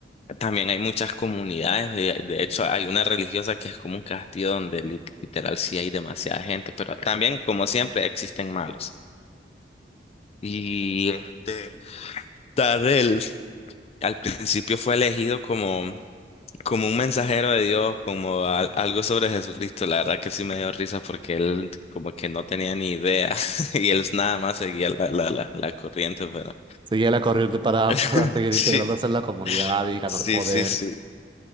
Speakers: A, on the left; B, on the right.
A: también hay muchas comunidades. De, de hecho, hay una religiosa que es como un castillo donde li- literal sí hay demasiada gente, pero también, como siempre, existen malos. Y este, Darrell al principio fue elegido como como un mensajero de Dios, como al- algo sobre Jesucristo, la verdad que sí me dio risa porque él como que no tenía ni idea <laughs> y él nada más seguía la, la, la, la corriente, pero
B: Seguía la corriente para,
A: <laughs>
B: <laughs> para seguir
A: sí,
B: integrándose en la comunidad y ganar
A: sí,
B: poder.
A: sí, sí.